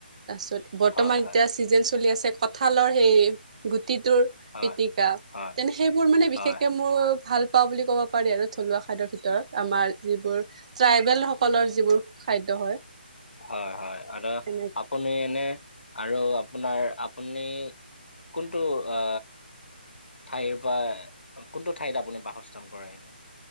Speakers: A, on the right; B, on the left.
A: তাছত বৰ্তমান
B: হয় হয়
A: এতিয়া চি চিজন চলি আছে কঁঠালৰ সেই গুটিটোৰ
B: হয়
A: পিটিকা
B: হয়
A: তেনে সেইবোৰ মানে বিশেষকে
B: হয়
A: মো ভাল পাও বুলি ক'ব পাৰি আৰু থলুৱা খাদ্যৰ ভিতৰত আমাৰ যিবোৰ ট্ৰাইবেল সকলৰ যিবোৰ খাদ্য হয়
B: হয় হয়, আৰু
A: তেনে
B: আপুনি এনে আৰু আপোনাৰ আপুনি কোনটো আ ঠাইৰ পা কোনটো ঠাইত আপুনি বাসস্থান কৰে এনে?